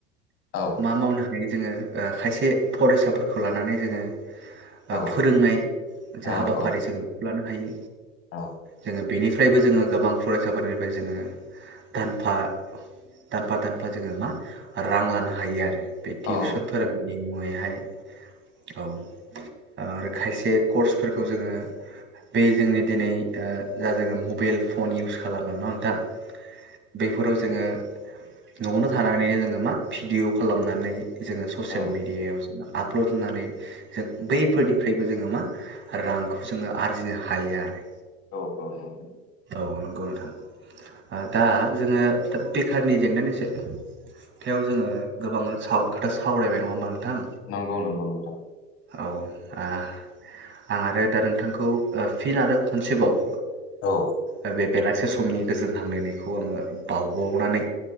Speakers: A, on the left (about 50°); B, on the right (about 35°).
A: औ
B: मा मावनो हायो। जोङो ओ खायसे फरायसाफोरखौ लानानै जोङो। फोफोरोंनाय
A: औ औ
B: जा हाबाफारि
A: औ
B: जों बेखौ लानो हायो।
A: औ
B: जोङो बेनिफ्रायबो जोङो गोबां फरायसाफोरनिफ्राय जोङो दानफा दानफा दानफा जोङो मा रां लानो हायो। हायो आरो बे टिउसन
A: औ
B: फोरोंनायनि <unintelligible> बेहाय औ आरो खायसे कर्सफोरखौ जोङो बे जोंनि दिनै ओ जा जोङो मबाइल फन इउस खालामो <unintelligible> नोंथां बेफोराव जोङो न'आवनो थानानैनो जोङो मा भिडिय' खालामनानै जोङो ससियेल
A: औ
B: म मिडियायाव आप्लथहोनानै जों बैफोरनि फ्रायबो जोङो मा रांखौ जोङो आरजिनो हायो आरो
A: औ औ नंगौ
B: औ नंगौ नोंथां दा जोङो दा बेखारनि जेंनायानिसाया थायाव जोङो गोबां साव खोथा सावरायबाय नङाहोमबा नोंथां।
A: नंगौ नंगौ नोंथां।
B: औ आं आरो दा नोंथांखौ फिन आरो खनसेबाव
A: औ।
B: ओ बे बेलासे समनि गोजोन हामलायनायखौ आङो बावबावनानै